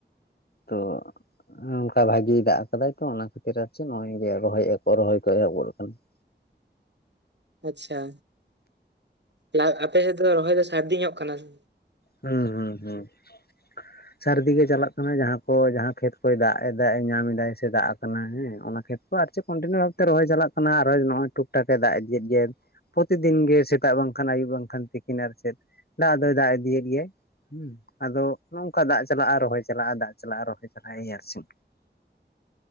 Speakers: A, on the left; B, on the right.
A: ᱛᱚ ᱾ ᱚᱱᱠᱟ ᱵᱷᱟᱜᱤᱭ ᱫᱟᱜ ᱠᱟᱫᱟᱭ ᱛᱚ ᱚᱱᱟ ᱠᱷᱟᱹᱛᱤᱨ ᱟᱨ ᱪᱮ <unintelligible> ᱨᱚᱦᱚᱭ ᱮ ᱟᱠᱚ ᱨᱚᱦᱚᱭ ᱠᱚ ᱮᱦᱚᱵ ᱜᱚᱫ ᱠᱟᱱᱟ ᱾
B: ᱟᱪᱪᱷᱟ ᱞᱟᱣ ᱟᱯᱮ ᱥᱮᱫ ᱫᱚ ᱨᱚᱦᱚᱭ ᱫᱚ ᱥᱟᱹᱨᱫᱤ ᱧᱚᱜ ᱠᱟᱱᱟ <inaudible>
A: ᱦᱩᱸ ᱦᱩᱸ ᱦᱩᱸ ᱾ ᱥᱟᱹᱨᱫᱤ ᱜᱮ ᱪᱟᱞᱟᱜ ᱠᱟᱱᱟ ᱡᱟᱦᱟᱸ ᱠᱚ ᱡᱟᱦᱟᱸ ᱠᱷᱮᱛ ᱠᱚᱭ ᱫᱟᱜ ᱮ ᱫᱟ ᱧᱟᱢ ᱮᱫᱟᱭ ᱥᱮ ᱫᱟᱜ ᱟᱠᱟᱱᱟ ᱦᱮᱸ ᱚᱱᱟ ᱠᱷᱮᱛ ᱾ ᱟᱨ ᱪᱮ ᱠᱚᱱᱴᱤᱱᱤᱭᱩ ᱵᱷᱟᱵᱛᱮ ᱨᱚᱦᱚᱭ ᱪᱟᱞᱟᱜ ᱠᱟᱱᱟ ᱟᱨᱚᱭ ᱱᱚᱜᱚᱭ ᱴᱩᱠ ᱴᱟᱠ ᱮ ᱫᱟᱜ ᱤᱫᱤᱭᱮᱫ ᱜᱮᱭᱟ ᱾ ᱯᱨᱚᱛᱤᱫᱤᱱ ᱜᱮ ᱥᱮᱛᱟᱜ ᱵᱟᱝᱠᱷᱟᱱ ᱟᱹᱩᱵ ᱵᱟᱝᱠᱷᱟᱱ ᱛᱤᱠᱤᱱ ᱟᱨ ᱪᱮᱫ ᱫᱟᱜ ᱫᱚᱭ ᱫᱟᱜ ᱤᱫᱤᱭᱮᱫ ᱾ ᱤᱭᱮ ᱦᱩᱸ ᱟᱫᱚ ᱱᱚᱝᱠᱟ ᱫᱟᱜ ᱪᱟᱞᱟᱜᱼᱟ ᱨᱚᱦᱚᱭ ᱪᱟᱞᱟᱜᱼᱟ ᱫᱟᱜ ᱪᱟᱞᱟᱜᱼᱟ ᱨᱚᱦᱚᱭ ᱪᱟᱞᱟᱜᱼᱟ <unintelligible>